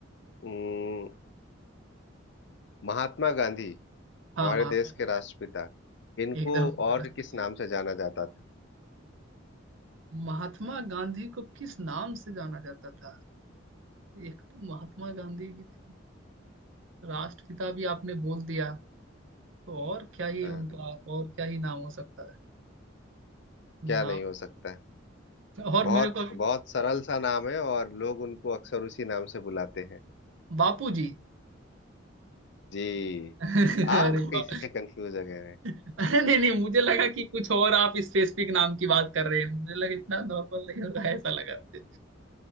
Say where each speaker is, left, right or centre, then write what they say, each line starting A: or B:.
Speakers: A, on the left; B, on the right.
A: उम्म, महात्मा गांधी
B: हाँ
A: हमारे
B: महात्मा
A: देश
B: गांधी
A: के राष्ट्रपिता इनको
B: एकदम
A: और
B: राष्ट्रपति
A: किस
B: राज
A: नाम से जाना जाता था
B: महात्मा गांधी को किस नाम से जाना जाता था एक तो महात्मा गांधी जी थे राष्ट्रपिता भी आपने बोल दिया तो और क्या ही
A: हाँ,
B: उनका और क्या ही नाम हो सकता है
A: क्या
B: नाम
A: नहीं हो सकता है
B: तो और
A: बहुत
B: मेरे को अभी
A: बहुत सरल सा नाम है और लोग उनको अक्सर उसी नाम से बुलाते हैं
B: बापू जी
A: जी
B: <laughs>
A: आप
B: अरे वाह
A: कैसे कंफ्यूज हो गए हैं
B: अरे नहीं नहीं मुझे लगा कि कुछ और आप स्पेसिफिक नाम की बात कर रहे हैं मुझे लगा इतना नॉर्मल नहीं होगा ऐसा लगा मुझे